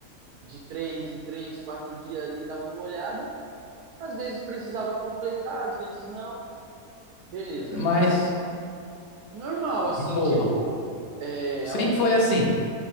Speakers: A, on the right (about 75°); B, on the left (about 45°).
A: de três em três, quatro dias ali, dava uma olhada. Às vezes precisava completar, às vezes não. Beleza.
B: Mas,
A: Aí, normal,
B: de
A: assim,
B: boa.
A: tipo, é,
B: Sempre
A: algo-
B: foi assim.